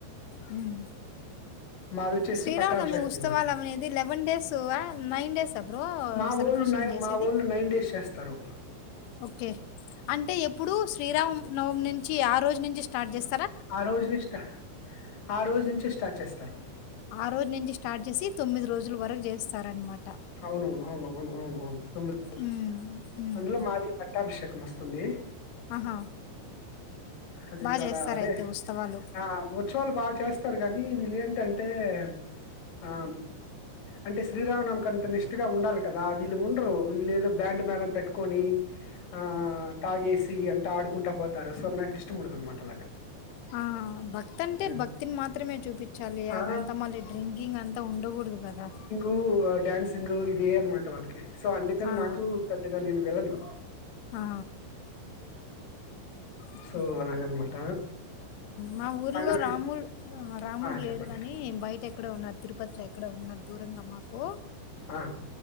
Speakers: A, on the left (about 80°); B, on the left (about 50°).
A: హ్మ్.
B: మాది వచ్చేసి
A: శ్రీరామనవమి
B: పట్టాభిషేకం
A: ఉత్సవాలు
B: అనమాట
A: అనేది లెవెన్ డేస్ ఆ నైన్ డేస్ అ బ్రో
B: మా
A: సెలబ్రేషన్
B: ఊళ్ళో నై
A: జేసేది?
B: మా ఊళ్ళో నైన్ డేస్ చేస్తారు
A: ఓకే. అంటే ఎప్పుడు శ్రీరామనవమి నుంచి ఆ రోజు నుంచి స్టార్ట్ చేస్
B: ఆ రోజు నుంచి స్ట ఆ రోజు నుంచి స్టార్ట్ చేస్తారు
A: ఆ రోజు నుంచి స్టార్ట్ చేసి తొమ్మిది రోజుల వరకు చేస్తార అనమాట
B: అవునవును అవును అవును అవునువును తొమ్మిది
A: హ్మ్. హ్మ్.
B: అందులో మాది పట్టాభిషేకం వస్తుంది
A: ఆహా
B: అది
A: బా
B: చాలా
A: జేస్తారయితే
B: అదే
A: ఉత్సవాలు.
B: ఆ ఉత్సవాలు బా చేస్తారు గానీ వీళ్ళేంటంటే అంటే ఆ అంటే శ్రీరామనవమికంత ఇక నిష్టగా ఉండాలి కదా వీళ్ళు ఉండరు వీళ్ళేదో బ్యాండ్ మేళం ను పెట్టుకొని ఆ తాగేసి అంతా ఆడుకుంటా పోతారు సో నాకు ఇష్టముండదనమాట అలాగా
A: ఆ భక్తి అంటే
B: హ్మ్.
A: భక్తిని మాత్రమే చూపించాలి
B: ఆ!
A: అదంతా మళ్ళీ డ్రింకింగ్ అంతా ఉండకూడ దు కదా
B: ఉ డ్యాన్సింగ్ ఇదే అనమాట వాళ్ళకి సో అందుకని
A: ఆ!
B: నాకు పెద్దగా నేను వెళ్ళను
A: ఆ! okay.
B: So అలాగనమాట
A: మా ఊర్లో
B: అలా
A: రామూలు రాముడు
B: ఆ చెప్పండి
A: లేరు కాని బయట ఎక్కడో ఉన్నారు తిరుపతిలో ఎక్కడ ఉన్నారు దూరంగా మాకు
B: ఆ